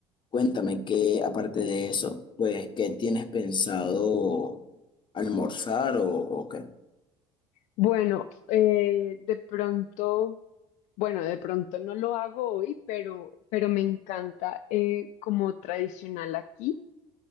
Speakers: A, on the left; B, on the left.
A: cuéntame que aparte de eso, pues, ¿qué tienes pensado almorzar o, o qué?
B: Bueno, eh, de pronto, bueno, de pronto no lo hago hoy, pero, pero me encanta eh, como tradicional aquí,